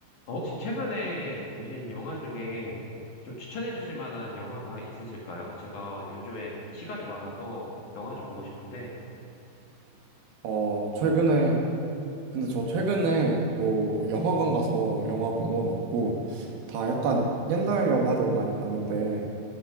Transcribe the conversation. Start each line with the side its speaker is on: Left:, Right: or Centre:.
Left: 어, 혹시 최근에 보신 영화 중에 좀 추천해 주실 만한 영화가 있으실까요? 제가 요즘에 시간이 많아서 영화 좀 보고 싶은데,
Right: 어, 최근에, 근데 저 최근에 뭐 영화관 가서 영화 본 건 없고, 다 약간 옛날 영화들 많이 봤는데,